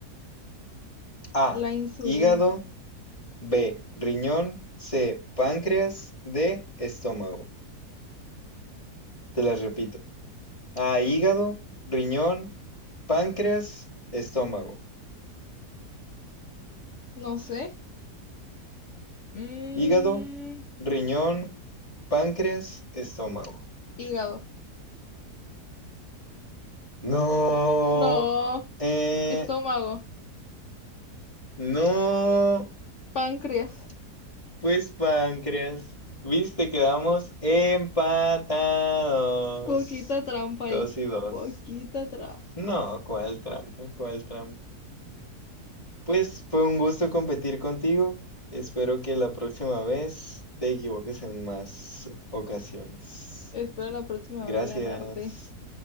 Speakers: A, on the left (about 20°); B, on the left (about 50°).
A: A.
B: La insulina.
A: Hígado. B. Riñón. C. Páncreas. D. Estómago. Te las repito. A. Hígado. Riñón. Páncreas. Estómago.
B: No sé. Mm,
A: Hígado. Riñón. Páncreas. Estómago.
B: hígado.
A: No.
B: No.
A: Eh,
B: Estómago.
A: no.
B: Páncreas.
A: Pues páncreas. Viste, quedamos empatados.
B: Poquita trampa ahí.
A: Dos y dos.
B: Poquita trampa.
A: No, cuál trampa, cuál trampa. Pues fue un gusto competir contigo. Espero que la próxima vez te equivoques en más ocasiones.
B: Espero la próxima
A: Gracias.
B: vez ganarte.